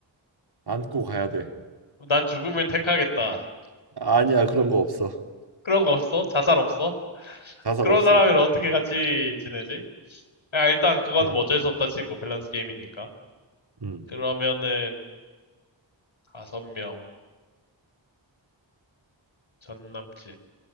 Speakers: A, on the right; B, on the left.
A: 안고 가야 돼.
B: 난 죽음을 택하겠다.
A: 아니야 그런 거 없어.
B: 그런 거 없어? 자살 없어?
A: 자살
B: 그런
A: 없어.
B: 사람이랑 어떻게 같이 지내지? 야, 일단 그거는
A: 어,
B: 뭐 어쩔 수 없다 치고, 밸런스 게임이니까.
A: 음.
B: 그러면은, 다섯 명, 전 남친.